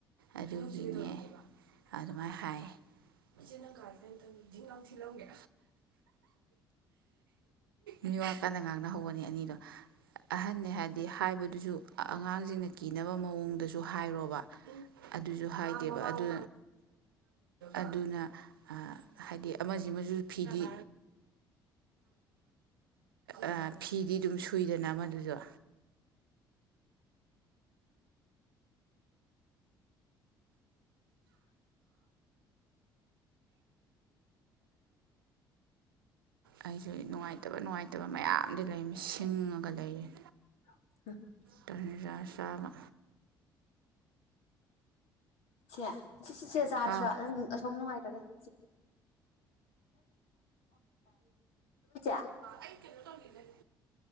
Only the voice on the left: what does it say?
<unintelligible>
ꯁꯦ ꯁꯤ ꯁꯤꯁꯦ ꯆꯥꯔꯁꯤ꯭ꯔꯥ
ꯅꯪ ꯑꯁꯣꯝ ꯅꯨꯡꯉꯥꯏꯇ꯭ꯔꯒꯅꯤ <unintelligible>